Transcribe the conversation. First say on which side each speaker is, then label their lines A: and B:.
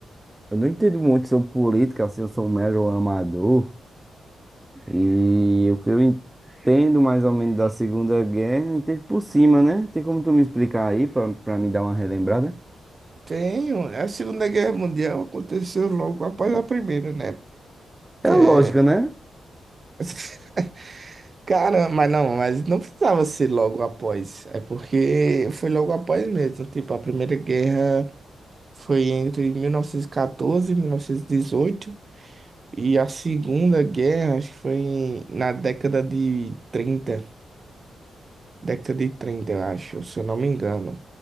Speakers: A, on the right; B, on the right.
A: eu não entendo muito sobre política, assim, eu sou um mero amador. E o que eu entendo mais ou menos da Segunda Guerra, eu entendo por cima, né? Tem como tu me explicar aí, pra, pra me dar uma relembrada?
B: Tenho, a Segunda Guerra Mundial aconteceu logo após a Primeira, né?
A: É
B: É...
A: a lógica, né?
B: <laughs> Cara, mas não, mas não precisava ser logo após. É porque foi logo após mesmo. Tipo, a Primeira Guerra. Foi entre 1914 e 1918. E mil novecentos e dezoito. E a Segunda Guerra, acho que foi em- na década de trinta, Década de 30, eu acho, se eu não me engano.